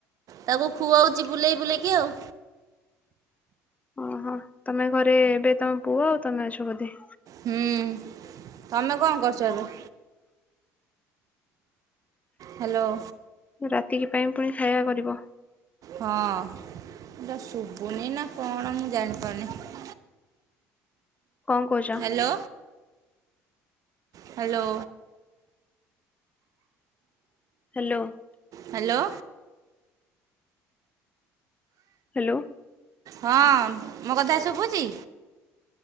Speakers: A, on the right (about 55°); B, on the left (about 20°).
A: ତାକୁ ଖୁଆଉଛି ବୁଲେଇ ବୁଲେଇକି ଆଉ।
B: ଓହୋ। ତମେ ଘରେ ଏବେ ତମ ପୁଅ, ଆଉ ତମେ ଅଛ ବୋଧେ?
A: ହୁଁ, ତମେ କଣ କରୁଚ ଏବେ? ହ୍ୟାଲୋ।
B: ରାତିକି ପାଇଁ ପୁଣି ଖାଇବା କରିବ!
A: ହଁ, ଶୁଭୁନି ନା କଣ ମୁଁ ଜାଣିପାରୁନି।
B: କଣ କହୁ
A: hello. Hello.
B: Hello.
A: Hello.
B: Hello.
A: ହଁ ମୋ କଥା ଶୁଭୁଚି?